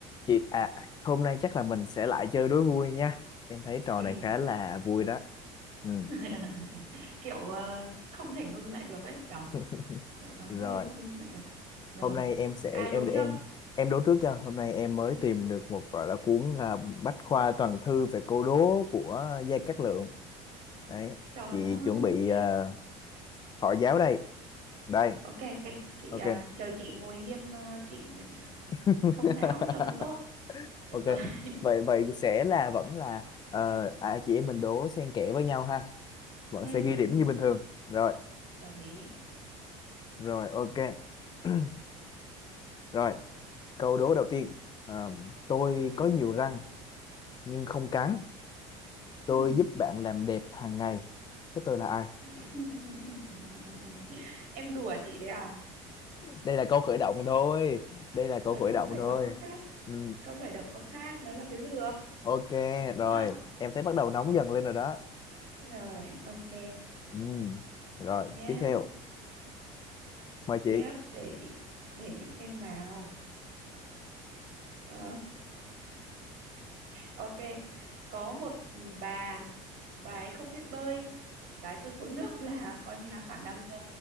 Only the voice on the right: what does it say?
ừ.
<laughs> kiểu ờ, không thể ngưng lại được ấy nhở
kiểu nó vui
không ngưng lại được rồi
ai Dạ. đối
trước
trời
ơi
ok ok chị
ờ, chờ chị ngồi nghiêm ờ, chỉnh để ờ,
thông não cho nó tốt được
rồi <laughs>
ừ
ừ
đồng ý
ừ
ừ
<laughs> em đùa chị đấy à
ở
câu
khởi
động nó khác
câu khởi động nó khác nó là cái lược
đúng
không
rồi ok
nhá
tiếp để chị để chị xem nào Ờ, ok có một bà bà ấy không biết bơi bà ấy cứ xuống nước <laughs> là coi như là khả năng ờ,